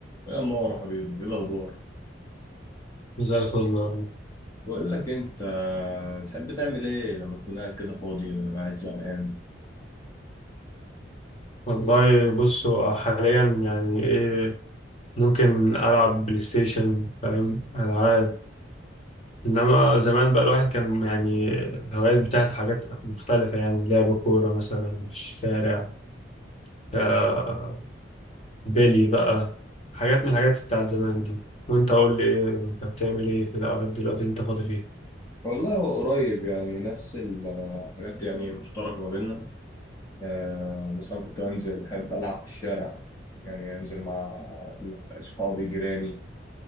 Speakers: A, on the left; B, on the left.
A: يا مارو حبيبي ايه الاخبار
B: زي الفل والله
A: بقول لك انت بتحب تعمل ايه لما تكون قاعد كده فاضي قاعد زهقان
B: والله بص هو حاليا يعني ايه ممكن العب بلاي ستيشن فاهم العاب انما زمان بقى الواحد كان يعني الهوايات بتاعته حاجات مختلفه يعني لعب كوره مثلا في الشارع آه، بيلي بقى حاجات من الحاجات بتاعت زمان دي وانت قول لي ايه انت بتعمل ايه في الاوقات دلوقتي انت فاضي فيها
A: والله هو قريب يعني نفس الحاجات يعني مشتركه ما بيننا آه مثلا كنت انزل احب العب في الشارع يعني انزل مع اصحابي جيراني